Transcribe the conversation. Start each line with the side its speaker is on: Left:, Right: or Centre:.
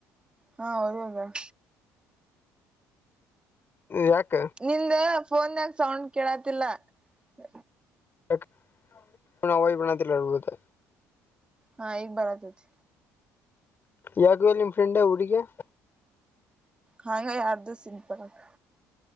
Right: ಹಾ ಉರಿಗ್ ಹೊಗ್ಯಾಳ.
Left: ಯಾಕ?
Right: ನಿಂದ ಫೋನಗ ಸೌಂಡ್ ಕೇಳತಿಲ್ಲ ಹ
Left: <unintelligible> ಯ್ಪಣದಲ್ಲಿ ಹಳ್ಬುದು
Right: ಹಾ ಈಗ್ ಬರತತಿ
Left: ಯಾಕ ಹೋಗ್ಯಾನ ನಿಮ್ಮ ಫ್ರೆಂಡ ಊರಿಗೆ
Right: ಹಂಗ ಎರಡ್ ದಿವಸ ಇದ್ದ ಬರಾಕ